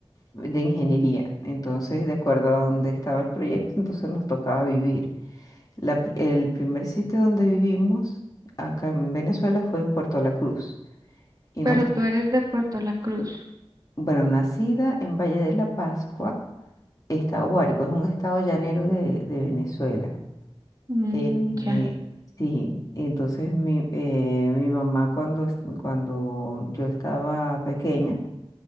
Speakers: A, on the left; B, on the right.
A: de ingeniería. Entonces, de acuerdo a dónde estaba el proyecto, entonces nos tocaba vivir. La pri- el primer sitio donde vivimos acá en Venezuela fue en Puerto La Cruz. Y
B: Pero
A: nos,
B: tú eres de Puerto La Cruz.
A: bueno, nacida en Valle de la Pascua, estado Guárico, es un estado llanero de de Venezuela.
B: Mm,
A: Eh,
B: ya.
A: eh, sí, y entonces mi, eh, mi mamá cuando, es- cuando yo estaba pequeña